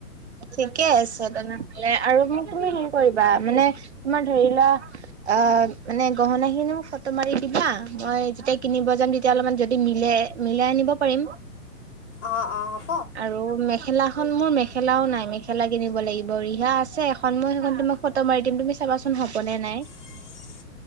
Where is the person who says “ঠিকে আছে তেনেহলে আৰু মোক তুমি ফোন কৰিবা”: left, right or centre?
Right